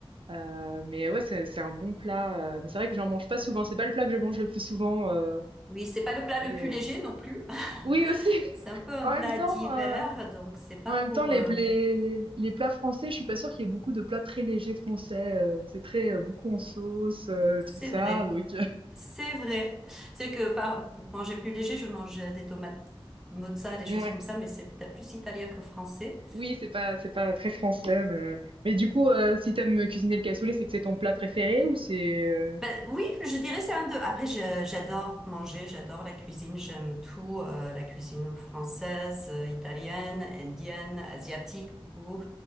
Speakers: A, on the right; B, in the centre.
A: Euh, mais ouais, c'est c'est un bon plat. euh, Mais c'est vrai que j'en mange pas souvent. C'est pas le plat que je mange le plus souvent. euh,
B: Oui, c'est pas le plat le
A: euh,
B: plus léger non plus. <laughs>
A: Oui, aussi. <laughs>
B: C'est un peu un
A: En
B: plat
A: même temps.
B: d'hiver,
A: euh,
B: donc c'est pas
A: En
B: pour...
A: même temps, les,
B: euh,
A: les, les plats français, je suis pas sûre qu'il y ait beaucoup de plats très légers français. euh, c'est très euh, beaucoup en sauce, euh,
B: C'est
A: tout ça.
B: vrai.
A: Donc, euh,
B: C'est vrai. C'est que par- pour manger plus léger, je mange euh, des tomates mozza, des
A: <laughs>
B: choses
A: ouais.
B: comme ça, mais c'est peut-être plus italien que français.
A: Oui, c'est pas, c'est pas très français. Mais, mais du coup, euh, si t'aimes cuisiner le cassoulet, c'est que c'est ton plat préféré ou c'est... euh,
B: Ben oui, je dirais c'est un deux. Après, je- j'adore manger, j'adore la cuisine, j'aime tout, euh, la cuisine française, euh, italienne, indienne, asiatique, beaucoup,